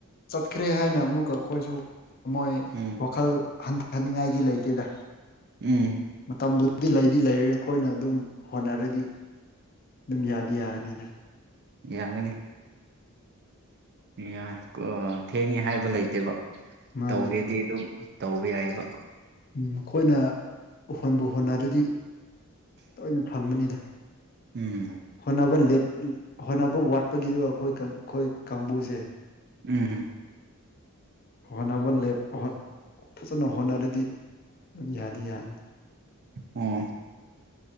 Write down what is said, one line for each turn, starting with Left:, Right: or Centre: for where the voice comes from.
Left: ꯆꯠꯈ꯭ꯔꯦ ꯍꯥꯏꯅ ꯑꯃꯨꯛꯀ ꯑꯩꯈꯣꯏꯁꯨ ꯃꯣꯏ
Right: ꯎꯝ
Left: ꯋꯥꯈꯜ ꯍꯟꯊ ꯍꯅꯤꯡꯉꯥꯏꯗꯤ ꯂꯩꯇꯦꯗ
Right: ꯎꯝ
Left: ꯃꯇꯝꯕꯨꯗꯤ ꯂꯩꯗꯤ ꯂꯩꯔ ꯑꯩꯈꯣꯏꯅ ꯑꯗꯨꯝ ꯍꯣꯠꯅꯔꯗꯤ ꯑꯗꯨꯝ ꯌꯥꯗꯤ ꯌꯥꯔꯅꯤꯅ
Right: ꯌꯥꯒꯅꯤ ꯌꯥꯏ ꯊꯦꯡꯉꯦ ꯍꯥꯏꯕ ꯂꯩꯇꯦꯕ
Left: ꯃꯥꯅꯦ
Right: ꯇꯧꯒꯦꯗꯤ ꯑꯗꯨꯝ ꯇꯧꯕ ꯌꯥꯏꯕ
Left: ꯃꯈꯣꯏꯅ ꯍꯣꯟꯕꯨ ꯍꯣꯟꯅꯔꯗꯤ ꯇꯣꯏꯅ ꯐꯪꯕꯅꯤꯗ
Right: ꯎꯝ
Left: ꯍꯣꯠꯅꯕ ꯂꯦꯞ ꯍꯣꯠꯅꯕ ꯋꯥꯠꯄꯒꯤꯗꯣ ꯑꯩꯈꯣꯏ ꯑꯩꯈꯣꯏ ꯀꯥꯡꯕꯨꯁꯦ
Right: ꯎꯝ ꯎꯝ
Left: ꯍꯣꯠꯅꯕ ꯂꯦꯞ ꯐꯖꯅ ꯍꯣꯠꯅꯔꯗꯤ ꯑꯗꯨꯝ ꯌꯥꯅꯤ ꯌꯥꯅꯤ
Right: ꯑꯣ